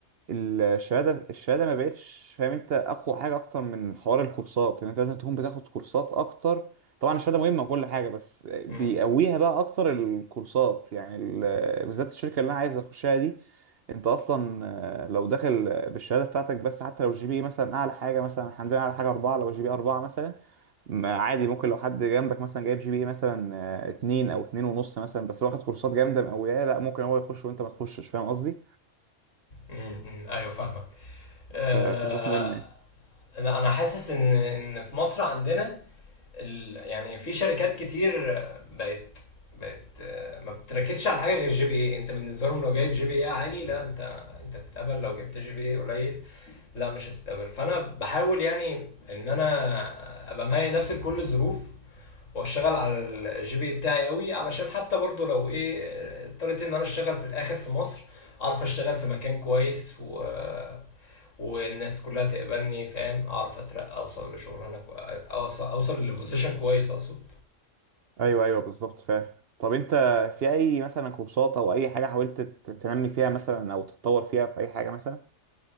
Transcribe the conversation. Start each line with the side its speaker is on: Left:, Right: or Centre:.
Right: الشهادة الشهادة ما بقتش فاهم انت اقوى حاجة اكتر من حوار الكورسات يعني انت لازم تكون بتاخد كورسات اكتر طبعا الشهادة مهمة وكل حاجة بس بيقويها
Left: مم.
Right: بقى اكتر الكورسات يعني ال- بالذات الشركة اللي انا عايز اخشها دي انت اصلا آه، لو داخل بالشهادة بتاعتك بس حتى لو الجي بي اي مثلا اعلى حاجة مثلا إحنا عندنا اعلى حاجة اربعة لو الجي بي اي اربعة مثلا ما عادي ممكن لو حد جنبك مثلا جايب جي بي اي مثلا آه، اتنين او اتنين ونص مثلا بس واخد كورسات جامده مقوياه لا ممكن هو يخش وانت ما تخشش فاهم قصدي؟
Left: امم ايوه فاهمك آه،
Right: فكورسات مهمه يعني
Left: انا أنا حاسس ان ان في مصر عندنا ال... يعني في شركات كتير بقت بقت آه، ما بتركزش على حاجه غير جي بي اي انت بالنسبه لهم لو جايب جي بي اي عالي لا انت انت بتتقبل لو جبت جي بي اي قليل لا مش هتتقبل فانا بحاول يعني ان انا ابقى مهيئ نفسي لكل الظروف واشتغل على الجي بي اي بتاعي قوي علشان حتى برضو لو ايه آه، اضطريت ان انا اشتغل في الاخر في مصر اعرف اشتغل في مكان كويس و آه، والناس كلها تقبلني فاهم اعرف اترقى اوصل لشغلانه كو... اوصل اوصل لبوزيشن كويس اقصد
Right: ايوه ايوه بالظبط فاهم طب انت في اي مثلا كورسات او اي حاجه حاولت ت- تنمي فيها مثلا او تتطور فيها في اي حاجه مثلا؟